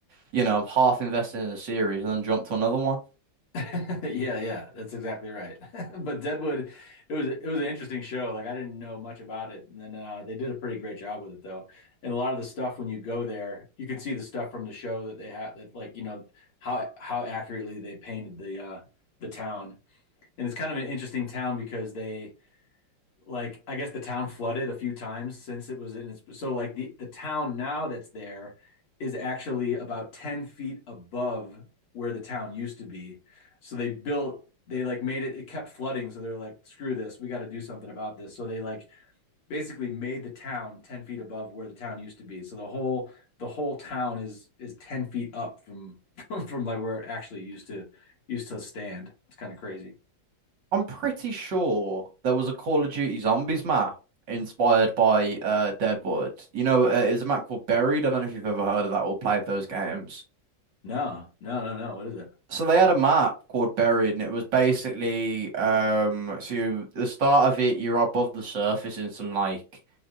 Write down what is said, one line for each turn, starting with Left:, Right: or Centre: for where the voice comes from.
Right: you know, I'm half invested in a series and then jump to another one.
Left: <laughs> Yeah, yeah, that's exactly right. <laughs> But Deadwood, it was it was an interesting show. Like I didn't know much about it, and then uh, they did a pretty great job with it though. And a lot of the stuff when you go there, you can see the stuff from the show that they have that like you know how how accurately they painted the uh, the town. And it's kind of an interesting town because they like I guess the town flooded a few times since it was in its so like the the town now that's there is actually about 10 feet above where the town used to be. So they built they like made it it kept flooding so they're like screw this we got to do something about this so they like basically made the town 10 feet above where the town used to be so the whole the whole town is is 10 feet up from <laughs> from like where it actually used to used to stand it's kind of crazy
Right: I'm pretty sure there was a Call of Duty Zombies map inspired by uh, Deadwood. You know, uh, it's a map called Buried. I don't know if you've ever heard of that or played those games.
Left: no no no no what is it
Right: So they had a map called Buried, and it was basically um, so you, the start of it, you're above the surface in some like